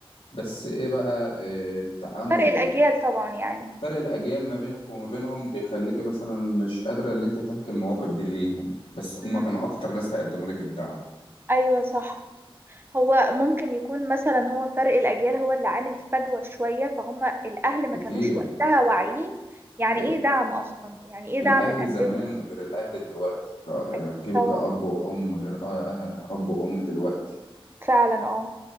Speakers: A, on the left (about 85°); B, on the right (about 25°).
A: بس ايه بقى إيه التعامل
B: فرق الاجيال طبعا يعني
A: فرق الاجيال ما بينك وما بينهم بيخليك مثلا مش قادره ان انت تحكي المواقف دي ليهم بس هم
B: امم
A: كانوا اكتر ناس هيقدموا لك الدعم
B: ايوه صح هو ممكن يكون مثلا هو فرق الاجيال هو اللي عامل فجوة شوية فهم الاهل ما
A: كتير
B: كانوش وقتها واعيين يعني
A: إيه
B: ايه دعم اصلا يعني ايه
A: الاهل
B: دعم نقدمه
A: زمان غير الاهل دلوقتي ك-
B: اكيد
A: تجيبك
B: طبعا
A: كأب وام غير أه- آه، اب وام دلوقتي
B: فعلا اه